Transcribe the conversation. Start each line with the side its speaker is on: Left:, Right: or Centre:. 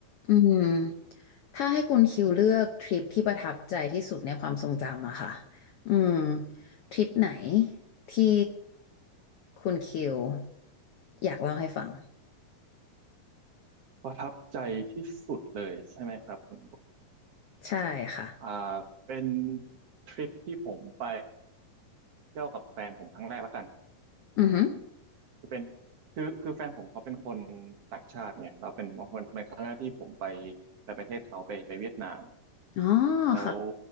Left: อืมถ้าให้คุณคิวเลือกทริปที่ประทับใจที่สุดในความทรงจำอะค่ะอืมทริปไหนที่คุณคิวอยากเล่าให้ฟัง
Right: ประทับใจที่สุดเลยใช่ไหมครับคุณบุ๊ค
Left: ใช่ค่ะ
Right: อ่าเป็นทริปที่ผมไปเที่ยวกับแฟนผมครั้งแรกแล้วกัน
Left: อือหือ
Right: จะเป็นคือคือแฟนผมเขาเป็นคนต่างชาติไงเราเป็นคนเป็นครั้งแรกที่ผมไปไปประเทศเขาไปไปเวียดนาม
Left: อ๋อ
Right: แล้ว
Left: ค่ะ